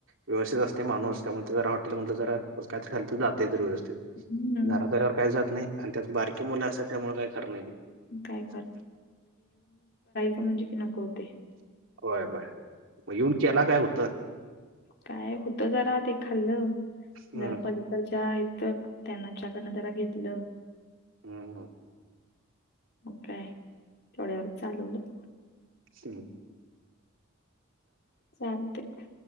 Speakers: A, on the right; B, on the left.
A: व्यवस्थित असते. <unintelligible> हॉटेल जरा उगाच काही तर खाल जात य तर व्यवस्थित
B: हं,
A: घरात आलं वर काही जात नाही <inaudible> त्यात बारकी मुलं असतात त्यामुळे काय खरं नाही.
B: काय ते म्हणजे की नको होतय.
A: होय होय मग येऊन केला काय हुत?
B: काय होत जरा ते खाल्लं
A: हं,
B: जरा पलीकडच्या तक त्यांनाच्याकडनं जरा घेतलं.
A: हम हम.
B: मग काय तेवढ्या वर चालवलं.
A: हम्म.
B: चालतय मग,